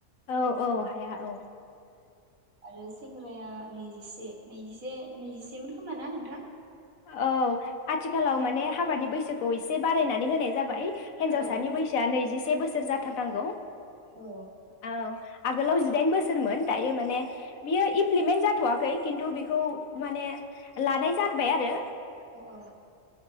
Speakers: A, on the left; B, on the right.
A: औ औ हाया औ
B: आरो सेंग्राया नैजिसे नैजिसे नैजिसेमोन खोमा ना नोंथां?
A: औ आथिखालाव माने हाबानि बैसोखौ एसे बारायनानै होनाय जाबाय। हिनजावसानि
B: औ
A: बैसोआ नैजिसे बो सोर जाथारनांगौ
B: औ
A: औ आगोलाव जिदाइन बोसोरमोन दायो माने बियो इमप्लिमेन्ट जाथ'वाखै खिन्थु बेखौ माने लानाय जा बाय आरो
B: औ